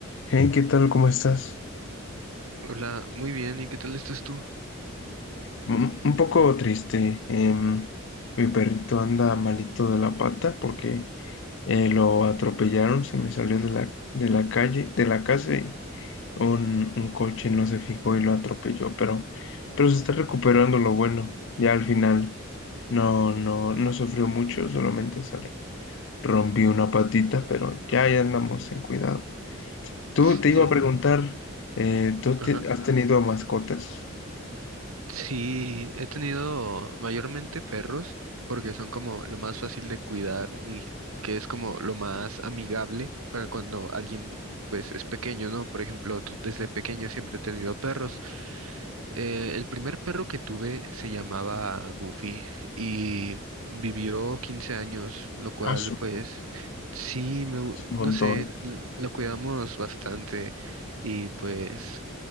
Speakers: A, on the left; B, on the right.
A: Hey, ¿qué tal? ¿Cómo estás?
B: Hola, muy bien, ¿y qué tal estás tú?
A: Mm, Un poco triste. em, mi perrito anda malito de la pata porque eh, lo atropellaron, se me salió de la, de la calle, de la casa y un, un coche no se fijó y lo atropelló, pero, pero se está recuperando lo bueno. Ya al final no, no, no sufrió mucho, solamente sale. rompió una patita, pero ya, ya andamos en cuidado. Tú
B: Sí,
A: te iba a preguntar, eh, ¿tú
B: ajá.
A: te- has tenido mascotas?
B: Sí, he tenido mayormente perros porque son como lo más fácil de cuidar y que es como lo más amigable para cuando alguien pues es pequeño, ¿no? Por ejemplo, tú- desde pequeño siempre he tenido perros Eh, el primer perro que tuve se llamaba Goofy y vivió 15 años, lo cual
A: Ah,
B: pues sí, me gu-
A: Es
B: no
A: un montón.
B: sé, l- lo cuidamos bastante y pues